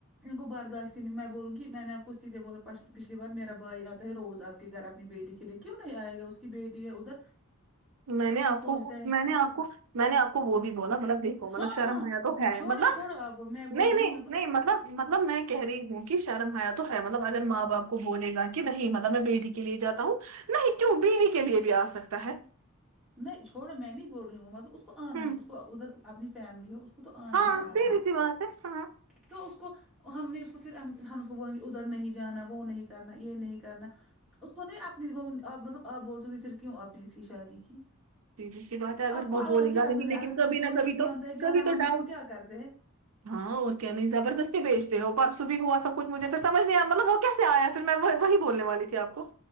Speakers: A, in the centre; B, on the right.
A: ان کو برداشت نہیں میں بولوں کہ میں نے آپ کو سیدھے بولا پچھلی بار میرا بھائی آتا ہے روز اب کے گھر اپنی بیٹی کے لیے کیوں نہیں آئے گا اس کی بیٹی ہے ادھر
B: میں نے آپ
A: وہ سوچتا
B: کو
A: ہے
B: میں نے آپ کو میں نے آپ کو بولی بلا مطلب دیکھو مطلب
A: ہاں
B: شرم
A: ہاں
B: حیا تو ہے
A: چھوڑو
B: مطلب
A: چھوڑو آپ وہ، میں بول
B: نہیں
A: رہی
B: نہیں
A: ہوں
B: نہیں مطلب مطلب میں کہہ رہی ہوں کہ شرم حیا تو ہے مطلب اگر ماں باپ کو بولے گا کہ نہیں مطلب میں بیٹی کے لیے جاتا ہوں نہیں کیوں بیوی کے لیے بھی آ سکتا ہے
A: نہیں چھوڑو میں نہیں بول رہی ہوں وہ مطلب اس کو آنا
B: ہ
A: ہے اس کو ادھر اپنی فیملی ہے کو کو تو آنا
B: ہاں
A: ہی آنا
B: سیدھی
A: ہے
B: سی بات ہے ہاں
A: تو اس کو ہم نے اس کو پھر ہم اس کو بولیں گے ادھر نہیں جانا وہ نہیں کرنا یہ نہیں کرنا اس کو نہیں اپنی وہ آپ مطلب آپ بول تے پھر کیوں آپ نے اس کی شادی کی
B: سیدھی سی بات ہے اگر
A: آپ کو
B: وہ
A: اللہ
B: بولے
A: کی
B: گا
A: قسم
B: نہیں
A: ہے
B: لیکن
A: اگر
B: کبھی نہ
A: وہ نہیں
B: کبھی تو
A: مانتا ہے
B: کبھی
A: جانا
B: تو
A: ہم اس
B: ڈاؤٹ
A: کو کیا کرتے ہیں
B: ہاں اور کیا نہیں زبردستی بیچتے ہو پرسوں بھی ہوا تھا کچھ مھے پھر سج نہیں آیا مطلب وہ کیا سے آیا پھر میں وہی بولنے والی تھی آپ کو